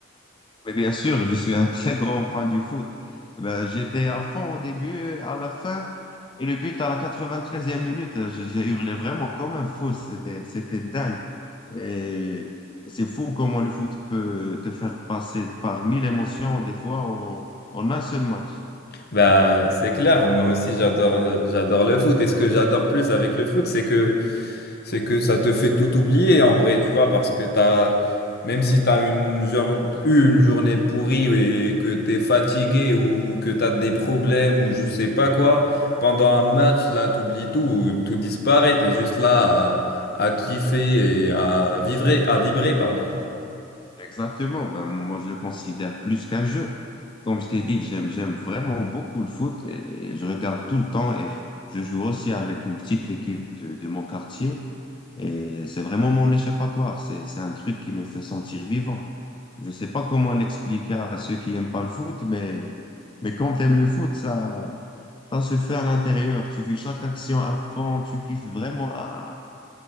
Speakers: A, on the left (about 25°); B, on the left (about 50°).
A: Mais bien sûr, je suis un <laughs> très grand fan du foot. Eh Ben, j'étais à fond au début, à la fin, et le but à la 93e minute, euh, j'ai j'ai hurlé vraiment comme un fou, c'était, c'était dingue. Et c'est fou comment le foot peut te faire passer par mille émotions, des fois, en, en un seul match.
B: Bah, c'est clair, moi aussi j'adore euh, j'adore le foot, et ce que j'adore plus avec le foot, c'est que c'est que ça te fait tout oublier en vrai, tu vois, parce que t'as, même si t'as une, jour- eu une journée pourrie et que t'es fatigué ou que t'as des problèmes ou je sais pas quoi, pendant un match, là, t'oublies tout, tout disparaît, t'es juste là à, à kiffer et à vibrer, à vibrer, pardon.
A: Exactement. Ben, moi, je le considère plus qu'un jeu. Comme je t'ai dit, j'aime, j'aime vraiment beaucoup le foot et, et je regarde tout le temps et je joue aussi avec une petite équipe de, de mon quartier et c'est vraiment mon échappatoire. C'est, c'est un truc qui me fait sentir vivant. Je sais pas comment l'expliquer à ceux qui aiment pas le foot, mais, mais quand tu aimes le foot, ça, ça se fait à l'intérieur. Tu vis chaque action à fond, tu kiffes vraiment à,